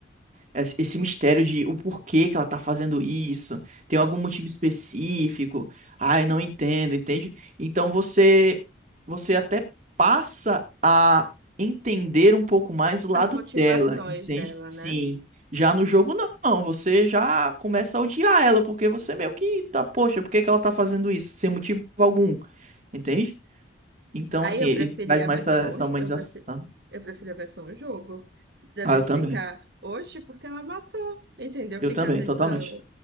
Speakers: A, on the right; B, on the right.
A: es- esse mistério de o porquê que ela tá fazendo isso, tem
B: É,
A: algum motivo específico, ai, não entendo, entende? Então você você até passa a entender um pouco mais o lado
B: as motivações
A: dela, entende?
B: dela,
A: Sim.
B: né?
A: Já no jogo não, você já começa a odiar ela, porque você meio que tá, poxa, por que que ela tá fazendo isso? Sem motivo algum, entende? Então,
B: Aí
A: assim,
B: eu
A: ele
B: preferi
A: traz
B: a
A: mais
B: versão,
A: essa essa humanização.
B: eu preferi, eu preferi a versão jogo, da
A: Ah,
B: gente
A: eu também.
B: ficar, oxe, porque ela matou, entendeu?
A: Eu
B: Ficar
A: também,
B: nessa,
A: totalmente.